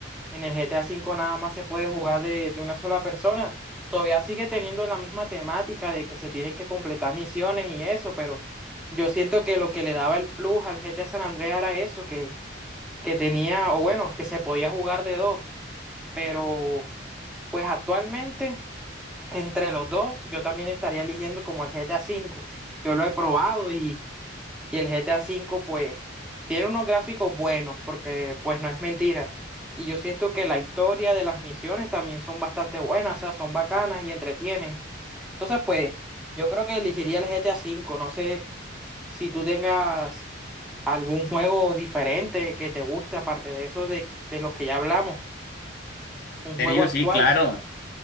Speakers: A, in the centre; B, on the left (about 50°).
A: En el GTA V nada más se puede jugar de, de una sola persona. Todavía sigue teniendo la misma temática de que se tienen que completar misiones y eso, pero yo siento que lo que le daba el plus al GTA San Andreas era eso, que, que tenía, o bueno, que se podía jugar de dos. Pero pues actualmente, entre los dos, yo también estaría eligiendo como el GTA V. Yo lo he probado y y el GTA V, pues, tiene unos gráficos buenos, porque, pues, no es mentira. Y yo siento que la historia de las misiones también son bastante buenas, o sea, son bacanas y entretienen. Entonces, pues, yo creo que elegiría el GTA V. No sé si tú tengas algún juego diferente que te guste, aparte de eso de, de los que ya hablamos, un
B: Te
A: juego
B: digo,
A: actual.
B: sí, claro.